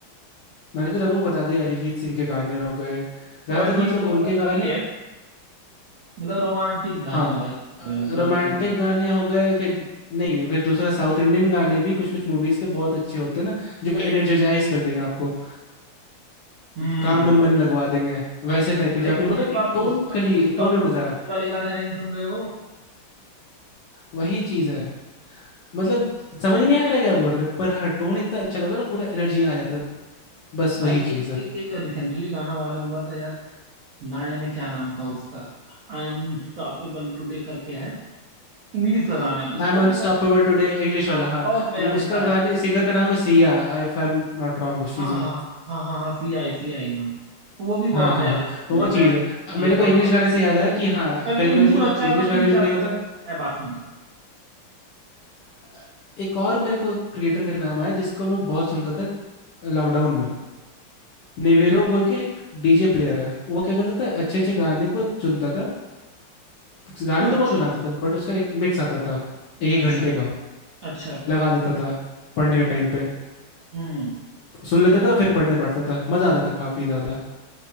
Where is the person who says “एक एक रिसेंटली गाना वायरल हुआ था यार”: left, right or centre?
Right